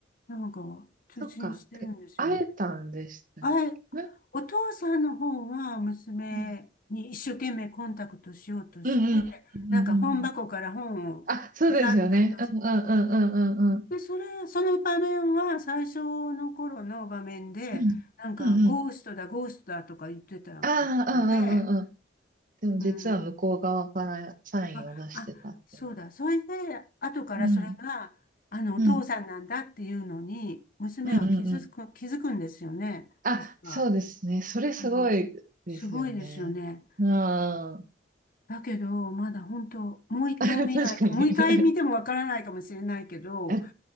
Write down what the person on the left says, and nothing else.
なんか通信してるんですよね。
あれ、お父さんの方は娘に一生懸命コンタクトしようとして、
なんか本箱から本をわざっと落と
で、それ、その場面は最初の頃の場面で、
なんか、ゴーストだ、ゴーストだとか言ってたんで、
うん。あ、あ、そうだ。それで、後からそれが、
あの、お父さんなんだっていうのに、
娘は気づく、
気づくんですよね。
確か。
うん。すごいですよね。
だけど、まだ本当、もう一回見ないと、
もう一回見てもわからないかもしれないけど、